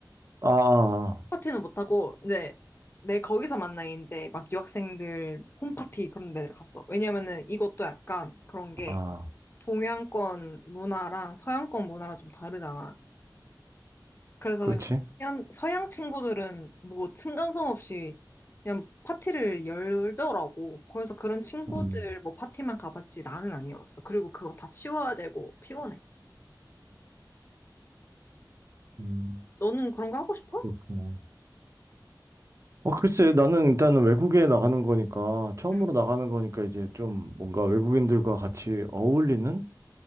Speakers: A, on the right; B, on the left.
A: 아, 아,
B: 파티는 못하고 이제 내 거기서 만나 이제 막 유학생들 홈파티 그런 데를 갔어. 왜냐면은 이것도 약간 그런 게
A: 아, 아.
B: 동양권 문화랑 서양권 문화랑 좀 다르잖아. 그래서
A: 그렇지.
B: 그냥 서양, 서양 친구들은 뭐 층간소음 없이 그냥 파티를 열더라고. 그래서 그런 친구들
A: 음,
B: 뭐 파티만 가봤지 나는 안 열었어. 그리고 그거 다 치워야 되고 피곤해.
A: 음,
B: 너는 그런 거 하고 싶어?
A: 그렇구나. 어, 글쎄, 나는 일단은 외국에 나가는 거니까, 처음으로
B: 응.
A: 나가는 거니까 이제 좀 뭔가 외국인들과 같이 어울리는?